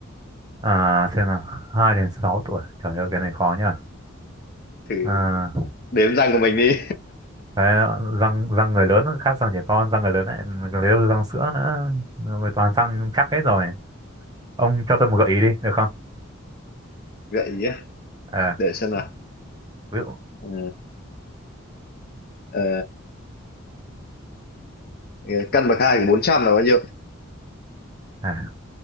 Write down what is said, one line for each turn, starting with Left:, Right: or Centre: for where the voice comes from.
Right: à xem nào hai đến sáu tuổi trời ơi cái này khó nhá
Left: Thử
Right: À,
Left: đếm răng của mình đi.
Right: Đấy, răng răng người lớn khác răng trẻ con răng người lớn lại lấy răng sữa nữa rồi toàn răng chắc hết rồi ông cho tôi một gợi ý đi được không
Left: <laughs> Gợi ý à?
Right: à,
Left: Để xem nào.
Right: ví dụ
Left: Ờ, ờ, ờ, căn bậc hai của 400 là bao nhiêu?
Right: à,